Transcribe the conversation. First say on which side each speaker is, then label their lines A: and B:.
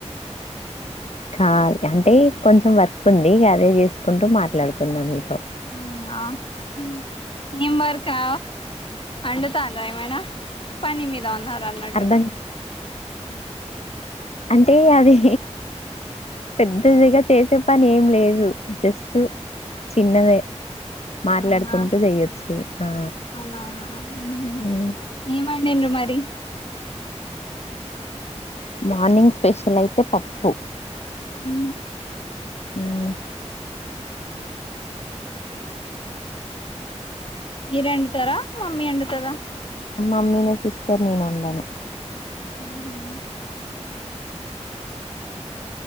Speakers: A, on the left; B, on the left.
A: కాల్ అంటే కొంచెం వర్క్ ఉంది గ అదే చేసుకుంటూ మాట్లాడుతున్నా మీతో
B: ఆహా హమ్ నిం బర్కా అండుతా అందా ఏమైనా పని మీద ఉన్నార న్నట్టు
A: అర్ధం అంటే అది పెద్దదిగా చేసే పని ఏం లేదు జస్ట్ చిన్నదే మాట్లాడుకుంటూ
B: అవునా
A: చెయొచ్చు ఆ
B: అవున హమ్ మ్మ
A: మ్
B: ఏ అన్ మరి
A: మార్నింగ్ స్పెషల్ అయితే పప్పు
B: హ
A: హమ్
B: మీరు ఎండుతారా మమ్మీ ఎండుతారా
A: మమీ న సిస్టర్ నీను ఉందను
B: ఉహు